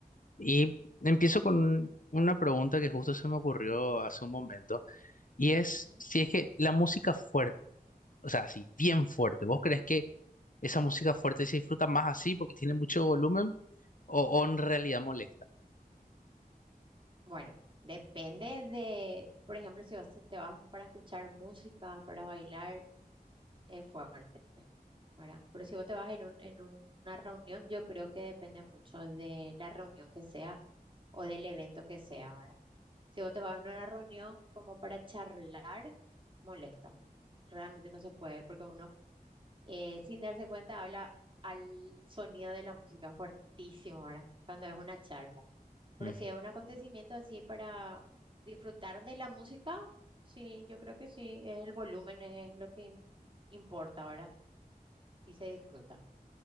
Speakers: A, on the left; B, on the right.
A: Y empiezo con una pregunta que justo se me ocurrió hace un momento y es
B: Ujú.
A: si es que la música fuerte, o sea, así, bien fuerte, ¿vos crees que esa música fuerte se disfruta más así porque tiene mucho volumen o, o en realidad molesta?
B: Bueno, depende de, por ejemplo, si vos te vas para escuchar música, para bailar, es fuerte, ¿verdad? Pero si vos te vas en un, en una reunión, yo creo que depende mucho de la reunión que sea o del evento que sea, ¿verdad? Si vos te vas a una reunión como para charlar, molesta. Realmente no se puede porque uno eh, sin darse cuenta habla al sonido de la música fuertísimo, ¿verdad? Cuando es una charla. Pero
A: Ujú,
B: si es un acontecimiento así para disfrutar de la música, sí, yo creo que sí, es el volumen es lo que im- importa, ¿verdad? Y se disfruta.